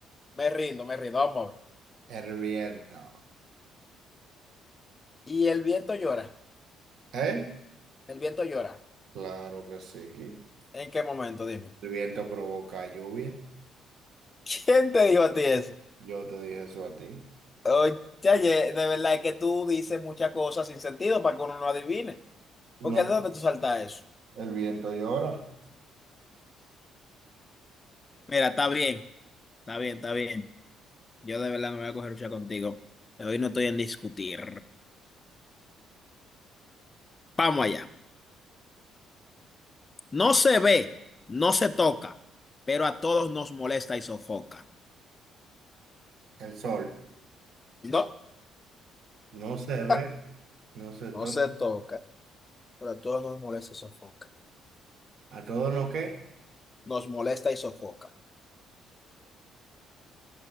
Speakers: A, on the left (about 15°); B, on the right (about 45°).
A: Me rindo, me rindo. Vamos a ver.
B: El viento.
A: Y el viento llora.
B: ¿Eh?
A: El viento llora.
B: Claro que sí.
A: ¿En qué momento? Dime.
B: El viento provoca lluvia.
A: ¿Quién te dijo a ti eso?
B: Yo te dije eso a ti.
A: Oye, de verdad es que tú dices muchas cosas sin sentido para que uno no adivine.
B: No,
A: Porque ¿de dónde tú saltas eso?
B: el viento llora.
A: Mira, está bien. Está bien, está bien. Yo de verdad no me voy a coger lucha contigo. Hoy no estoy en discutir. Vamos allá. No se ve, no se toca, pero a todos nos molesta y sofoca.
B: El sol
A: No,
B: no se ve,
A: <laughs>
B: no se toca.
A: no se toca, pero a todos nos molesta y sofoca.
B: ¿A todo no qué?
A: Nos molesta y sofoca.